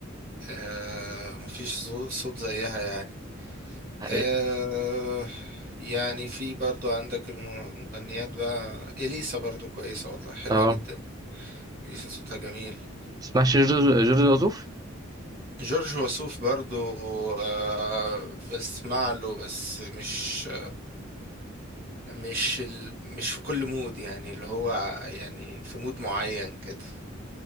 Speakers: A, on the right; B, on the right.
A: آه مفيش زو- صوت زيها يعني
B: حقيقة.
A: آه يعني في برضو عندك المغنيات بقى إليسا برضو كويسة والله حلوة
B: اه
A: جدا إليسا صوتها جميل
B: تسمعش جورج جورج وسوف
A: جورج وسوف برضو آه بسمع له بس مش مش ال مش في كل مود يعني اللي هو يعني في مود معين كده